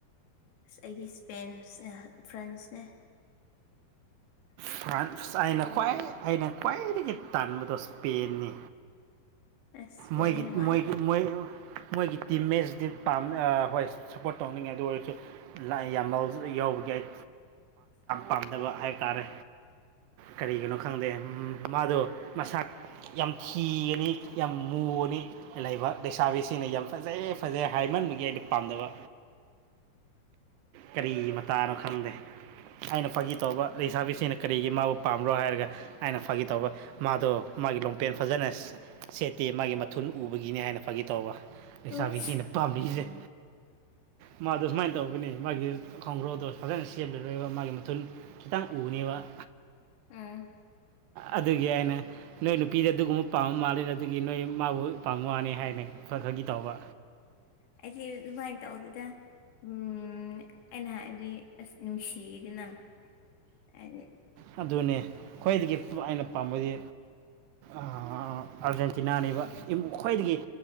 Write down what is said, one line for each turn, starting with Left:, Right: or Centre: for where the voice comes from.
Left: ꯑꯁ ꯑꯩꯗꯤ ꯏꯁꯄꯦꯟꯁ ꯐ꯭ꯔꯦꯟꯁꯅꯦ
Right: ꯐ꯭ꯔꯥꯟꯁ ꯑꯩꯅ ꯈ꯭ꯏ ꯑꯩꯅ ꯈ꯭ꯋꯥꯏꯗꯒꯤ ꯇꯥꯟꯕꯗꯣ ꯏꯁꯄꯦꯟꯅꯤ
Left: ꯑꯁ ꯏꯁꯄꯦꯟꯗꯤ
Right: ꯃꯣꯏꯒꯤ
Left: ꯅꯨꯡꯉꯥꯏ
Right: ꯃꯣꯏꯒꯤ ꯃꯣꯏ ꯃꯣꯏꯒꯤ ꯇꯤꯝ ꯃꯦꯁꯇꯗꯤ ꯄꯥꯝ ꯍꯣꯏ ꯁꯞꯄꯣꯔꯠ ꯇꯧꯅꯤꯡꯉꯦ ꯑꯗꯨ ꯑꯣꯏꯔꯁꯨ ꯌꯥꯝꯃ ꯌꯥꯎꯕꯒꯤ ꯑꯩ ꯄꯥꯝꯖꯕ ꯍꯥꯏꯇꯥꯔꯦ ꯀꯔꯤꯒꯤꯅꯣ ꯈꯪꯗꯦ ꯃꯥꯗꯣ ꯃꯁꯥꯛ ꯌꯥꯝ ꯊꯤꯒꯅꯤ ꯌꯥꯝ ꯃꯨꯅꯤ ꯂꯩꯕ ꯂꯩꯁꯥꯕꯤꯁꯤꯡꯅ ꯌꯥꯝ ꯐꯖꯩꯌꯦ ꯐꯖꯩ ꯍꯥꯏꯃꯟꯕꯒꯤ ꯑꯩꯅ ꯄꯥꯝꯗꯕ ꯀꯔꯤ ꯃꯇꯥꯅꯣ ꯈꯪꯗꯦ ꯑꯩꯅ ꯐꯥꯒꯤ ꯇꯧꯕ ꯂꯩꯁꯥꯕꯤꯁꯤꯡꯅ ꯀꯔꯤꯒꯤ ꯃꯥꯕꯨ ꯄꯥꯝꯕ꯭ꯔꯣ ꯍꯥꯏꯔꯒ ꯑꯩꯅ ꯐꯥꯒꯤ ꯇꯧꯕ ꯃꯥꯗꯣ ꯃꯥꯒꯤ ꯂꯣꯡꯄꯦꯟ ꯐꯖꯅ ꯁꯦꯠꯇꯦ ꯃꯥꯒꯤ ꯃꯊꯨꯟ ꯎꯕꯒꯤꯅꯤ ꯍꯥꯏꯅ ꯐꯥꯒꯤ ꯇꯧꯕ ꯂꯩꯁꯥꯕꯤꯁꯤꯅ
Left: ꯇꯣꯁ
Right: ꯄꯥꯝꯃꯤꯁꯦ ꯃꯥꯗꯣ ꯁꯨꯃꯥꯏꯅ ꯇꯧꯕꯅꯦ ꯃꯥꯒꯤ ꯈꯣꯡꯒ꯭ꯔꯣꯗꯣ ꯐꯖꯅ ꯁꯦꯝꯂꯔꯣꯏꯕ ꯃꯥꯒꯤ ꯃꯊꯨꯟ ꯈꯤꯇꯪ ꯎꯕꯅꯦꯕ
Left: ꯎꯝ
Right: ꯑꯗꯨꯒꯤ ꯑꯩꯅ ꯅꯣꯏ ꯅꯨꯄꯤꯗ ꯑꯗꯨꯒꯨꯝꯕ ꯄꯥꯝꯕ ꯃꯥꯜꯂꯦ ꯑꯗꯨꯒꯤ ꯅꯣꯏ ꯃꯥꯕꯨ ꯄꯥꯝꯕ ꯃꯥꯅꯤ ꯍꯥꯏꯅ ꯈꯔ ꯈꯔꯒꯤ ꯇꯧꯕ
Left: ꯑꯩꯗꯤ ꯑꯗꯨꯃꯥꯏꯅ ꯇꯧꯗꯨꯗ ꯎꯝ ꯑꯩꯅ ꯍꯥꯏꯕꯗꯤ ꯑꯁ ꯅꯨꯡꯁꯤꯗꯅ ꯍꯥꯏ
Right: ꯑꯗꯨꯅꯦ ꯈ꯭ꯋꯥꯏꯗꯒꯤ ꯑꯩꯅ ꯄꯥꯝꯕꯗꯤ ꯑꯥꯔꯖꯦꯟꯇꯤꯅꯥꯅꯦꯕꯨꯡ ꯈ꯭ꯣꯏꯗꯒꯤ